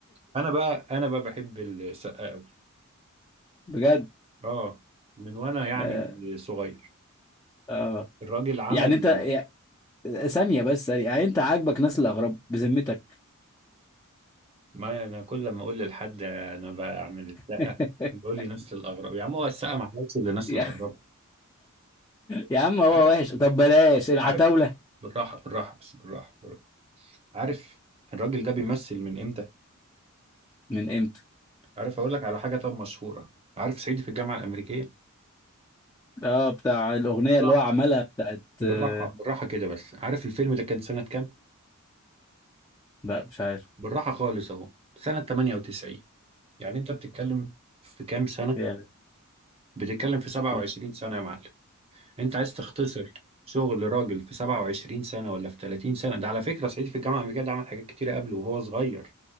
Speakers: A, on the right; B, on the left.
A: انا بقى انا بقى بحب السقا قوي
B: <laughs> بجد
A: اه من وانا يعني
B: اه
A: صغير
B: آه.
A: الراجل عمل
B: يعني انت يا- ثانية بس ثانية يعني انت عاجبك ناس الاغراب بذمتك
A: ما انا كل ما اقول لحد انا بعمل السقه
B: <laughs>
A: بيقول لي نسل الاغراب يا عم هو السقه ما عملتش الا نسل
B: يا
A: الاغراب
B: يا عم هو
A: عارف
B: وحش طب بلاش
A: انت
B: العتاولة
A: عارف بالراحه بالراحه بس بالراحه, بالراحة. عارف الراجل ده بيمثل من امتى
B: من امتى
A: عارف اقول لك على حاجه طب مشهوره عارف صعيدي في الجامعه الامريكيه
B: اه بتاع الأغنية
A: بالراحه
B: اللي هو عملها بتاعت
A: بالراحه
B: آه،
A: بالراحه كده بس عارف الفيلم ده كان سنه كام
B: لا مش عارف
A: بالراحه خالص اهو سنه 98 يعني انت بتتكلم في كام سنه
B: يا
A: بتتكلم في 27
B: يا
A: سنه يا معلم انت عايز تختصر شغل راجل في 27 سنة ولا في 30 سنة ده على فكرة صعيدي في الجامعة الأمريكية ده عمل حاجات كتيرة قبله وهو صغير